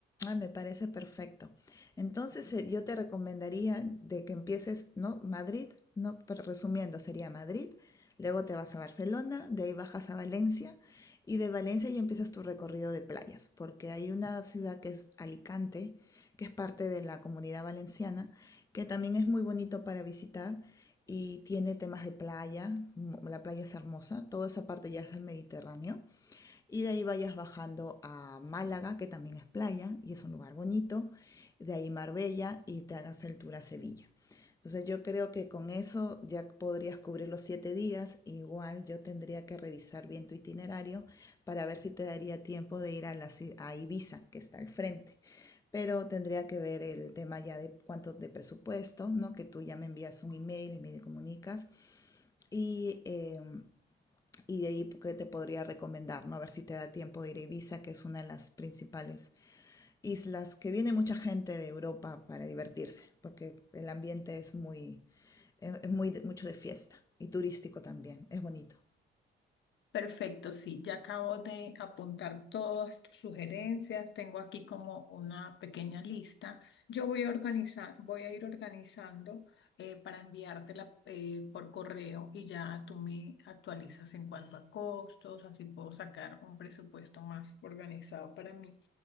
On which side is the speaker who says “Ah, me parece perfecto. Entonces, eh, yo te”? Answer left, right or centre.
Left